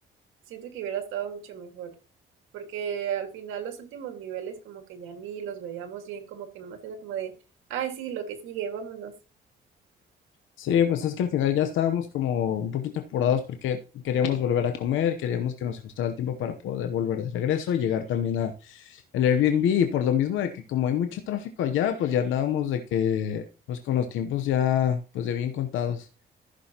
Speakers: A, on the right; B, on the left.
A: Siento que hubiera estado mucho mejor, porque al final los últimos niveles como que ya ni los veíamos bien, como que nomás era como de, ay, sí, lo que sigue, vámonos.
B: Sí, pues es que al final ya estábamos como un poquito apurados porque queríamos volver a comer, queríamos que nos ajustara el tiempo para poder volver de regreso y llegar también a el Airbnb y por lo mismo de que como hay mucho tráfico allá, pues ya andábamos de que pues con los tiempos ya pues de bien contados.